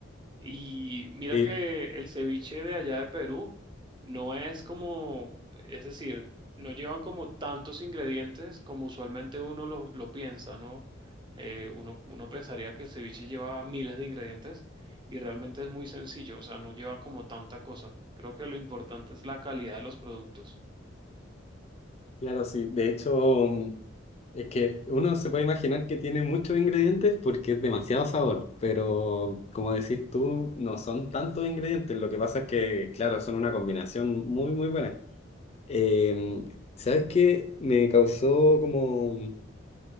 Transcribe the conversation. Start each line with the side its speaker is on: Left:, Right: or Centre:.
Right: Y mira
Left: Sí,
Right: que el ceviche de allá de Perú no es como, es decir, no llevan como tantos ingredientes como usualmente uno lo, lo piensa, ¿no? Eh, uno, uno pensaría que el ceviche lleva miles de ingredientes y realmente es muy sencillo, o sea, no lleva como tanta cosa. Creo que lo importante es la calidad de los productos.
Left: claro, sí, de hecho Es que uno se puede imaginar que tiene muchos ingredientes porque es demasiado sabor, pero como decís tú, no son tantos ingredientes. Lo que pasa es que, claro, son una combinación muy, muy buena. Em, ¿sabes qué? Me causó como,